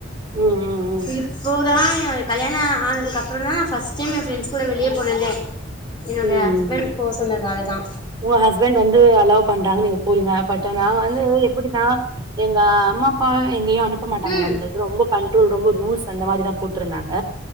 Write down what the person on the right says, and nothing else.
ம் ம் ம்
ம்
ம்
உங்க ஹஸ்பண்ட் வந்து அலவ் பண் றாங்க நீங்க போறீங்க பட் நா வந்து எப்டினா எங்க அம்மா அப்பா எங்கயும் அனுப்ப மாட்டாங்க
நம்மளுக்கு ரொம்ப கண்ட்ரோல் ரொம்ப ரூல்ஸ் அந்த மாரி தான் போட்ருந்தாங்க